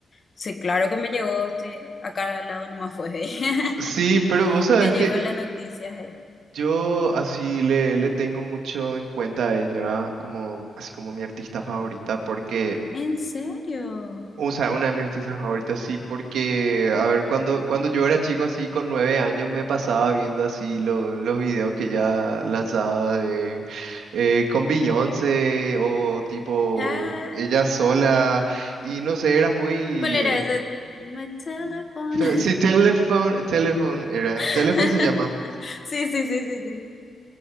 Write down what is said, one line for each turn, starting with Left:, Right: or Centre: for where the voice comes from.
Left: sí, claro que me llegó, sí, acá al lado nomás fue ahí. <laughs>
Right: Sí, pero vos sabes
Left: Me llegó
Right: que
Left: las noticias ahí.
Right: yo así le, le tengo mucho en cuenta a ella como, así como mi artista favorita, porque,
Left: ¿En serio?
Right: o sea, una de mis artistas favoritas, sí, porque, a ver, cuando, cuando yo era chico así con nueve años me pasaba viendo así lo- los videos que ella lanzaba de, eh, con Beyoncé o tipo
Left: Ah,
Right: ella sola, y no sé, era muy...
Left: ¿cuál era ese? My telephone.
Right: <laughs> Sí, Telephone, Telephone era,
Left: <laughs>
Right: Telephone se llama.
Left: Sí, sí, sí, sí, sí.